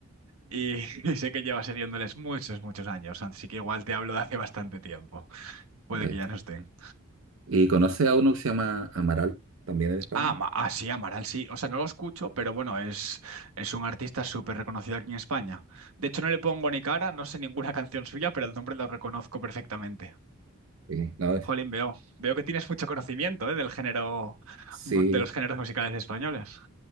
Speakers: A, on the right; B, on the right.
A: Y, <laughs> y sé que lleva siguiéndoles muchos, muchos años. Así que igual te hablo de hace bastante tiempo. Puede
B: Vale.
A: que ya no estén.
B: ¿Y conoce a uno que se llama Amaral, también es de España?
A: Ah, Ma- ah, sí, Amaral sí. O sea, no lo escucho, pero bueno, es, es un artista súper reconocido aquí en España. De hecho, no le pongo ni cara, no sé ninguna <laughs> canción suya, pero el nombre lo reconozco perfectamente.
B: Sí, no, es-
A: Jolín, veo. Veo que tienes mucho conocimiento, ¿eh? del género,
B: sí,
A: <laughs> de los géneros musicales españoles.